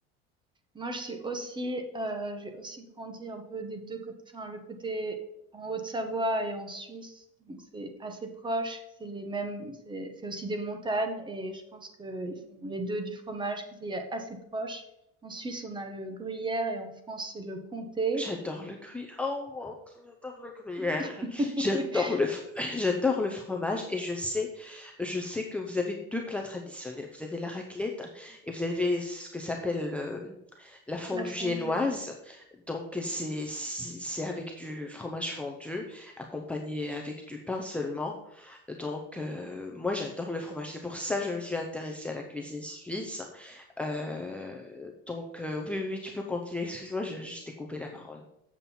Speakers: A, on the right; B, in the centre.
A: Moi, je suis aussi, euh, j'ai aussi grandi un peu des deux côtés, enfin, le côté en Haute-Savoie et en Suisse, donc c'est assez proche, c'est les mêmes, c'est c'est aussi des montagnes et je pense qu'ils font les deux du fromage qui est assez proche. En Suisse, on a le gruyère et en France, c'est le comté,
B: J'adore le gruyère. Oh mon Dieu, j'adore le gruyère.
A: <laughs>
B: J'adore le, fr- <laughs> j'adore le fromage et je sais, je sais que vous avez deux plats traditionnels. Vous avez la raclette et vous avez ce que s'appelle euh, la fondue
A: la fondue.
B: génoise. Donc c'est c'est c'est avec du fromage fondu accompagné avec du pain seulement. Donc euh, moi j'adore le fromage. C'est pour ça que je me suis intéressée à la cuisine suisse. Euh, donc euh, oui oui oui, tu peux continuer. Excuse-moi, je je t'ai coupé la parole.